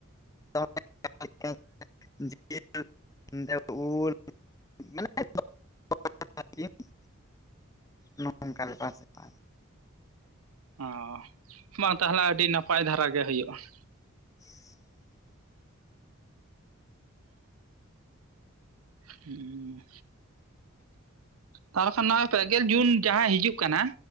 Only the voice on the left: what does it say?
<unintelligible> ᱡᱤᱞ ᱫᱮ ᱩᱞ <unintelligible> ᱢᱮ <unintelligible> ᱱᱚᱝᱠᱟ ᱞᱮᱠᱟ ᱥᱮᱫᱟᱭ
<inaudible>